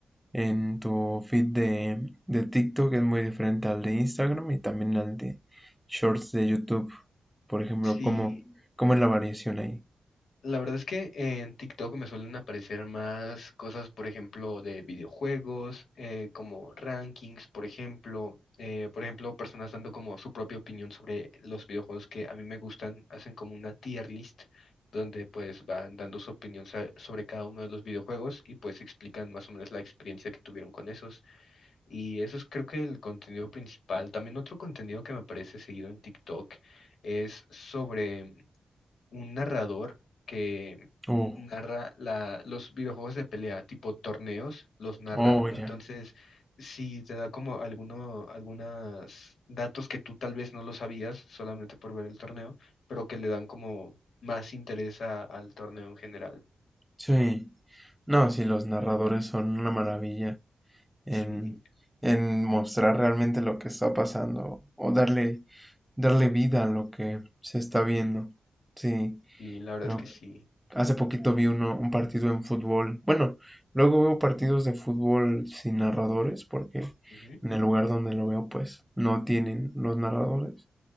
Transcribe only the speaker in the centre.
en tu feed de, de TikTok es muy diferente al de Instagram y también al de Shorts de YouTube. Por ejemplo,
¿cómo, cómo es la variación ahí?
Oh,
oh,
ya.
Sí. No, sí, los narradores son una maravilla en,
en mostrar realmente lo que está pasando o darle, darle vida a lo que se está viendo. Sí.
Lo
Hace poquito vi uno, un partido en fútbol. Bueno, luego veo partidos de fútbol sin narradores porque
en el lugar donde lo veo pues no tienen los narradores.